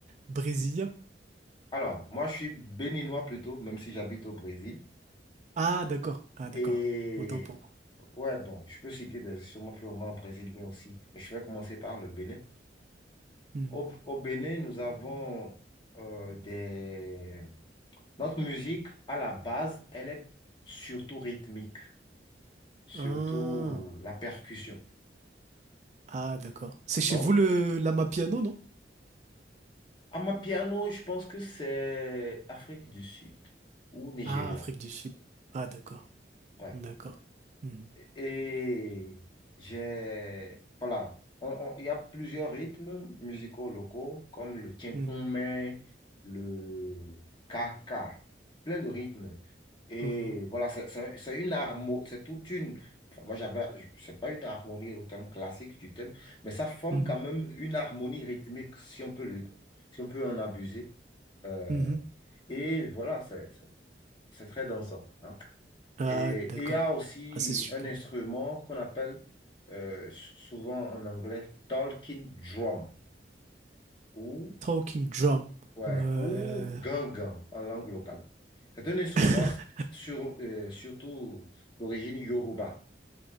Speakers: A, on the right (about 40°); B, on the left (about 30°).
A: brésiliens?
B: Alors, moi, je suis béninois plutôt, même si j'habite au Brésil.
A: Ah, d'accord. Ah, d'accord.
B: Et
A: Autant pour moi.
B: ouais, bon, je peux citer des instruments purement brésiliens aussi. Mais je vais commencer par le Bénin.
A: Hmm.
B: Au, au Bénin, nous avons euh, des... Notre musique, à la base, elle est surtout rythmique, surtout
A: Ah,
B: la percussion.
A: Ah, d'accord. C'est chez
B: Donc,
A: vous le l'amapiano, non?
B: amapiano, je pense que c'est Afrique du Sud ou Nigeria.
A: Ah, Afrique du Sud. Ah, d'accord.
B: Ouais.
A: D'accord. Mhm.
B: Et j'ai, voilà, On- on- il y a plusieurs rythmes musicaux locaux, comme le tchinkoumé,
A: Mhm.
B: le kaka, plein de rythmes. Et
A: Mhm,
B: voilà, c'est c'est- c'est une harmonie, c'est toute une, enfin, moi j'avais, je- c'est pas une harmonie au terme classique du thème, mais ça forme
A: mhm,
B: quand même une harmonie rythmique, si on peut le, si on peut en abuser. Euh,
A: mhm.
B: et voilà, c'est c'est- c'est très dansant. hein
A: Ah,
B: et
A: d'accord.
B: et il y a aussi
A: Ah, c'est super.
B: un instrument qu'on appelle euh, souvent en anglais talking drum ou,
A: Talking drum.
B: ouais,
A: Euh,
B: ou gangan en langue locale. C'est un instrument
A: <laughs>
B: sur, euh, surtout d'origine yoruba.